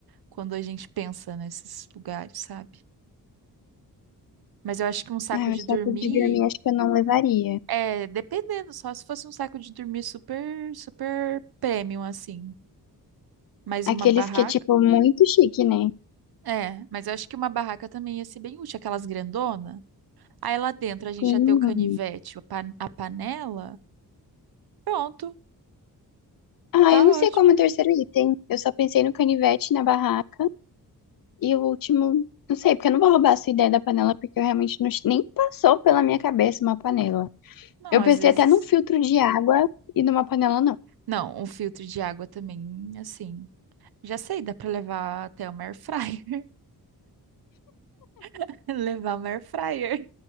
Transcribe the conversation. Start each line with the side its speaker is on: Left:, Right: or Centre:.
Right: quando a gente pensa nesses lugares, sabe? Mas eu acho que um saco
Left: Ah,
Right: de
Left: o saco
Right: dormir.
Left: de dormir acho que eu não levaria.
Right: É, dependendo, só se fosse um saco de dormir super, super premium, assim. Mas
Left: Aqueles
Right: uma barraca.
Left: que é, tipo, muito chique, né?
Right: É, mas eu acho que uma barraca também ia ser bem útil, aquelas grandona. Aí lá dentro a gente
Left: Sim.
Right: ia ter o canivete, a pan- a panela. Pronto,
Left: Ah,
Right: tá
Left: eu não
Right: ótimo.
Left: sei como é o terceiro item. Eu só pensei no canivete, na barraca. E o último, não sei, porque eu não vou roubar a sua ideia da panela, porque eu realmente não, nem passou pela minha cabeça uma panela.
Right: Não,
Left: Eu
Right: às
Left: pensei
Right: vezes.
Left: até num filtro de água e numa panela, não.
Right: Não, um filtro de água também, assim. Já sei, dá pra levar até uma air fryer. <laughs> Levar uma air fryer.